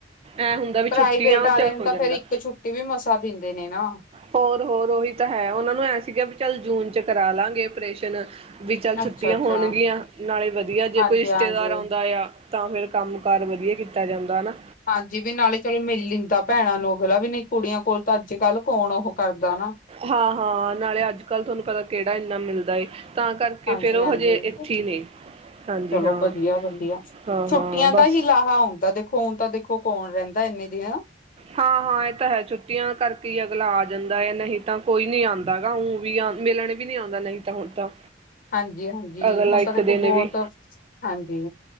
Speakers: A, on the right; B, on the left.
A: ਐ ਹੁੰਦਾ ਵੀ
B: ਪ੍ਰਾਈਵੇਟ
A: ਛੁੱਟੀਆਂ
B: ਵਾਲੇ
A: ਚ
B: ਨੂੰ
A: ਹੋ
B: ਤਾਂ
A: ਜਾਂਦਾ।
B: ਫੇਰ ਇੱਕ ਛੁੱਟੀ ਵੀ ਮਸਾਂ ਦਿੰਦੇ ਨੇ ਨਾ
A: ਹੋਰ ਹੋਰ ਉਹੀ ਤਾਂ ਹੈ ਉਹਨਾਂ ਨੂੰ ਐ ਸੀਗਾ ਵੀ ਚੱਲ ਜੂਨ। ' ਕਰਾ ਲਵਾਂਗੇ ਆਪਰੇਸ਼ਨ। ਵੀ ਚੱਲ ਛੁੱਟੀਆਂ
B: ਅੱਛਾ ਅੱਛਾ
A: ਹੋਣਗੀਆਂ ਨਾਲੇ ਵਧੀਆ
B: ਹਾਂਜੀ
A: ਜੇ ਕੋਈ ਰਿਸ਼ਤੇਦਾਰ
B: ਹਾਂਜੀ
A: ਆਉਂਦਾ ਆ। ਤਾਂ ਫੇਰ ਕੰਮ ਕਾਰ ਵਧੀਆ ਕੀਤਾ ਜਾਂਦਾ ਨਾ।
B: ਹਾਂਜੀ ਵੀ ਨਾਲੇ ਚਲੋ ਮਿਲ ਲੀਤਾਂ ਦਾ ਭੈਣਾਂ ਨੂੰ ਅਗਲਾ ਵੀ ਨਹੀਂ ਕੁੜੀਆਂ ਕੋਲ ਤਾਂ ਅੱਜ ਕੱਲ ਕੌਣ ਉਹ। ਕਰਦਾ ਹਨਾਂ।
A: ਹਾਂ ਹਾਂ ਨਾਲੇ ਅੱਜ ਕੱਲ੍ਹ ਤੁਹਾਨੂੰ ਪਤਾ ਕਿਹੜਾ ਇੰਨਾ ਮਿਲਦਾ ਏ। ਤਾਂ ਕਰਕੇ
B: ਹਾਂਜੀ
A: ਫੇਰ ਉਹ
B: ਹਾਂਜੀ
A: ਹਜੇ ਇੱਥੇ ਹੀ ਨੇ। ਹਾਂਜੀ
B: ਚਲੋ
A: ਹਾਂ,
B: ਵਧੀਆ ਵਧੀਆ
A: ਹਾਂ-ਹਾਂ
B: ਛੁੱਟੀਆਂ
A: ਬਸ
B: ਦਾ ਹੀ ਲਾਹਾ ਆਉਂਦਾ ਦੇਖੋ ਉ ਤਾਂ ਦੇਖੋ ਕੌਣ ਰਹਿੰਦਾ। ਇੰਨੇ ਦਿਨ।
A: ਹਾਂ ਹਾਂ ਇਹ ਤਾਂ ਹੈ ਛੁੱਟੀਆਂ ਕਰਕੇ ਹੀ ਅਗਲਾ ਆ ਜਾਂਦਾ ਹੈ, ਨਹੀਂ ਤਾਂ ਕੋਈ ਨੀ ਆਉਂਦਾ ਊ ਵੀ। ਮਿਲਣ ਵੀ ਨਹੀਂ ਆਉਂਦਾ ਨਹੀਂ ਤਾਂ ਹੁਣ ਤਾਂ
B: ਹਾਂਜੀ ਹਾਂਜੀ
A: ਅਗਲਾ
B: ਹੁਣ ਤਾਂ
A: ਇੱਕ
B: ਦੇਖੋ
A: ਦਿਨ
B: ਬਹੁਤ
A: ਵੀ
B: ਹਾਂਜੀ।